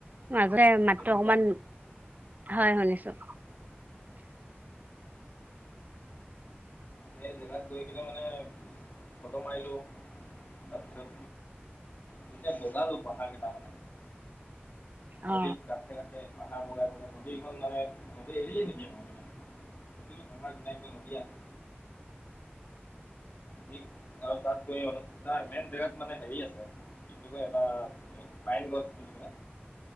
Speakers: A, on the right; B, on the left.
A: মাজতে মাতটো
B: এতিয়া শুনিছা
A: অকমান, হয় শুনিছোঁ।
B: সেই জেগাত গৈ কিনে মানে ফটো মাৰিলোঁ, তাৰপিছত। যেতিয়া বগালো পাহাৰ কেইটা মানে, নদীৰ
A: অ
B: কাষে কাষে- পাহাৰ বগাই বগাই, নদীখন মানে নদী এৰিয়ে নিদিয়ে মানে। প্ৰতিটো পাহাৰ কিনাই কিনাই নদী আছে। আমি অ তাতকৈ অনুষ্ঠিত, মেইন জেগাত মানে হেৰি আছে। কি বুলি কয় এটা পাইন গছ বুলি কিনে।